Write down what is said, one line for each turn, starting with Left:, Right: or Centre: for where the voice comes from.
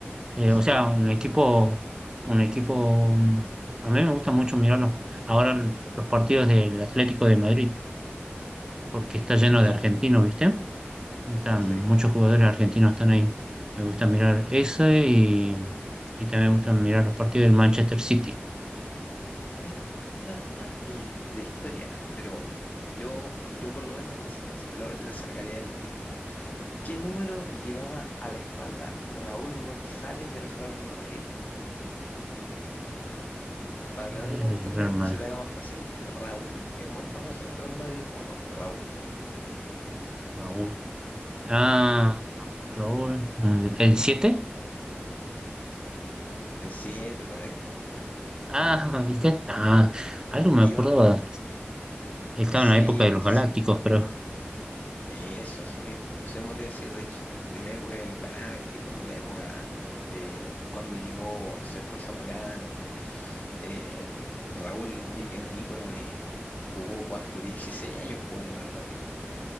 Right: Eh, o
Left: Sí,
Right: sea, un equipo, un equipo, mm, a mí me gusta mucho mirar los, ahora los partidos del Atlético de Madrid, porque está lleno
Left: ya,
Right: de argentinos, ¿viste? Están,
Left: sí.
Right: muchos jugadores argentinos están ahí. Me gusta mirar ese y, y también me gustan mirar los partidos del Manchester City.
Left: Es- esta es, es de historia, pero yo, yo por lo menos las- lo- la sacaría del tiro. ¿Qué número llevaba a la espalda Raúl González del Real Madrid? para
Right: Sales
Left: que no te confundas
Right: del Real
Left: y
Right: Madrid,
Left: se te haga más fácil, Raúl es muy famoso en el Real Madrid como Raúl,
Right: Raúl. Ah, Raúl, el 7.
Left: el siete correcto.
Right: Ah, ¿viste? Ah, algo me
Left: Iban,
Right: acordaba. Estaba
Left: sí,
Right: en la época
Left: ve-
Right: de los
Left: sí,
Right: Galácticos, pero
Left: eso, eso mismo. Eso mismo te iba a decir, de hecho, de la época de los Galácticos, de la época de cuando llegó, se fue Zamorano. Eh, Raúl un- es un ícono de, jugó cuánto, 16 años jugó en el Real Madrid.